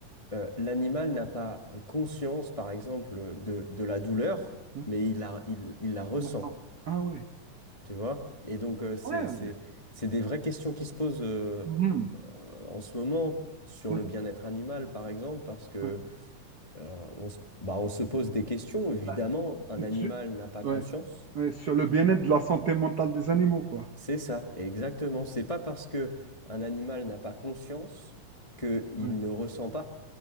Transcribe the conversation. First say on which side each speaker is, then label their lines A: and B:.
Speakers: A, on the left (about 25°); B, on the right (about 80°).
A: euh, l'animal n'a pas euh, conscience, par exemple, de, de la douleur,
B: Ouais.
A: mais il la, il, il la ressent,
B: Maintenant. Ah ouais.
A: tu vois? Et donc, euh, c'est,
B: Ouais.
A: c'est, c'est des vraies questions qui se posent euh,
B: Mhm.
A: euh, en ce moment sur
B: Ouais.
A: le bien-être animal, par exemple, parce que
B: Ouais.
A: euh, on se, bah, on se pose des questions. Évidemment,
B: Bah,
A: un animal
B: sur...
A: n'a pas
B: ouais.
A: conscience.
B: Ouais, Sur le bien-être de la santé mentale des animaux, quoi.
A: C'est ça, exactement. C'est pas parce que un animal n'a pas conscience qu'il
B: Ouais.
A: ne ressent pas.